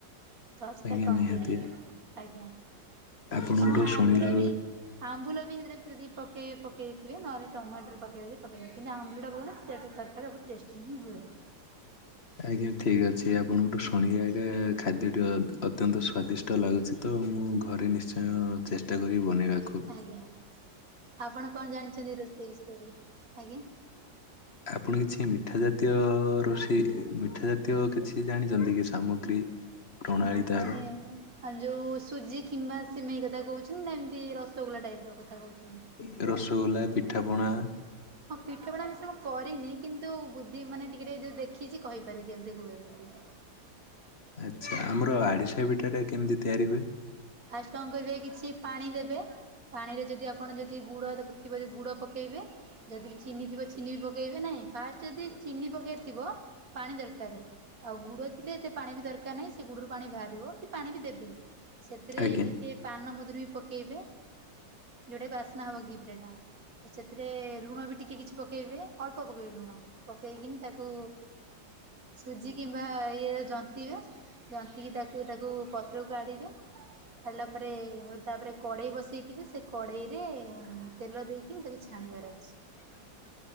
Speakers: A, on the right; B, on the left.
A: ପ୍ଲସ ଥ୍ରୀ
B: ଆଜ୍ଞା
A: ଟା କମ୍ପ୍ଲିଟି
B: ନିହାତି।
A: ହେଇଗଲା ଆଜ୍ଞା।
B: ଆପଣଙ୍କଠୁ
A: ତମ
B: ଶୁଣିଲା
A: ଆମ୍ବୁଲ ବି। ଆମ୍ବୁଲ ବି ସେଥିରେ ଯଦି ପକେଇ ପକେଇଥିବେ ନହେଲେ ଟମାଟର ପକେଇବେ ଯଦି ପକେଇ କିନ୍ତୁ ଆମ୍ବୁଲଟା ପକେଇଲେ ସେଟା ତରକାରୀ ଟା। ଟେଷ୍ଟି ହିଁ ହୁଏ।
B: ଆଜ୍ଞା ଠିକ୍ ଅଛି ଆପଣଙ୍କଠୁ ଶୁଣେ ଆଜ୍ଞା ଖାଦ୍ୟଟି ଅତ୍ୟନ୍ତ ସ୍ଵାଦିଷ୍ଟ। ଶୀତ ଲାଗୁଛି ତ ମୁଁ ଘରେ ନିଶ୍ଚୟ ଚେଷ୍ଟା କରିବି ବନେଇବାକୁ।
A: ଆଜ୍ଞା ଆପଣ କ'ଣ ଜାଣିଛନ୍ତି ରୋଷେଇ ବିଷୟରେ ଆଜ୍ଞା।
B: ଆପଣ କିଛି ମିଠା ଜାତୀୟ ରୋଷେଇ ମିଠା ଜାତୀୟ କିଛି ଜାଣିଛନ୍ତି କି ସାମଗ୍ରୀ। <unintelligible>
A: ମାନେ
B: ତାର
A: ହଁ ନେ। ଯୋଉ ସୁଜି କିମ୍ବା ସିମେଇ କଥା କହୁଛୁ ନା ଏମିତି ରସଗୋଲା ଟାଇପ୍ ର କଥା କହୁଛୁ।
B: ତେ ରସଗୋଲା, ପିଠାପଣା।
A: ହଁ ପିଠା ପଣା ଅବଶ୍ୟ ମୁଁ କରିନି କିନ୍ତୁ ବୁଦ୍ଧି ମାନେ ଟିକେ ଟିକେ ଯଉ ଦେଖିଛି କହିବି। ପାରି କେମିତି ହୁଏ ବୋଲି।
B: ଆଚ୍ଛା ଆମର ଆରିଷା ପିଠାଟା କେମିତି ତିଆରି ହୁଏ।
A: ଫାଷ୍ଟେ କ'ଣ କରିବେ କିଛି ପାଣି ଦେବେ ପାଣି ରେ ଯଦି ଆପଣ ଯଦି ଗୁଡଥିବ ଯଦି ଗୁଡ ପ। ପକେଇବେ ଯଦି ଚିନି ଥିବ ଚିନି ବି ପକେଇ ବେ ନାହିଁ ଫାଷ୍ଟେ ଯଦି। ଚିନି ପକେଇବାର ଥିବ ପାଣି ଦରକାର ଆଉ ଗୁଡ। ଏତେ, ଏତେ ପାଣି ବି ଦରକାର ନାହିଁ ସେ ଗୁଡୁ ରୁ ପାଣି ବାହାରିବ କି ପାଣି ବି ଦେବେ। ସେଥିରେ
B: ଆଜ୍ଞା
A: ଟିକେ ପାନମଧୁରି ବି ପକେଇବେ ଯୋଉଟା କି ବାସ୍ନା ହବ ଘି ପିଠା ଟା। ସେଥିରେ ଲୁଣ ବି ଟିକେ କିଛି ପକେଇବେ ଅଳ୍ପ ପକେଇବେ ଲୁଣ। ପକେଇକିନି ତାକୁ ସୁଜି କିମ୍ବା ଇଏ ରେ ଯନ୍ତିଵେ। ଜନ୍ତିକି ତାକୁ, ତାକୁ ପତ୍ରକୁ କାଢିବେ। କାଢ଼ିଲା ପରେ ତାପରେ କଡ଼େଇ ବସାଇଥିବେ ସେ କଡ଼େଇରେ ତେଲ ଦେଇକି ତାକୁ ଛାଣିବାର ଅଛି।
B: <unintelligible>